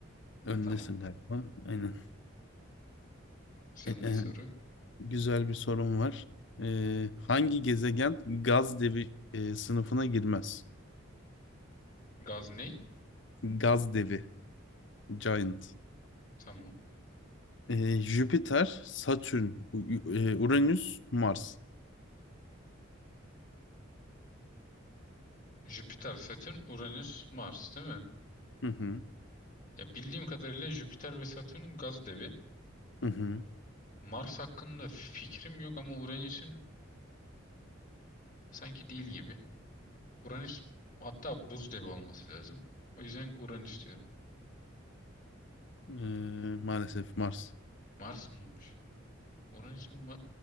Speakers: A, on the left (about 60°); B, on the left (about 40°).
A: Öndesin
B: Tamam.
A: galiba. Aynen.
B: Sen
A: E, e,
B: de soru.
A: Güzel bir sorun var. Ee, hangi gezegen gaz devi e, sınıfına girmez?
B: Gaz ne?
A: Gaz devi, giant.
B: Tamam.
A: Ee, Jüpiter, Satürn, U- U- e, Uranüs, Mars.
B: Jüpiter, Satürn, Uranüs, Mars değil mi?
A: Hı hı,
B: Ya bildiğim kadarıyla Jüpiter ve Satürn gaz devi.
A: hı hı.
B: Mars hakkında fikrim yok ama Uranüs'ün sanki değil gibi. Uranüs hatta buz devi olması lazım. O yüzden Uranüs diyorum.
A: Ee, maalesef Mars.
B: Mars mıymış? Uranüs'ün ma-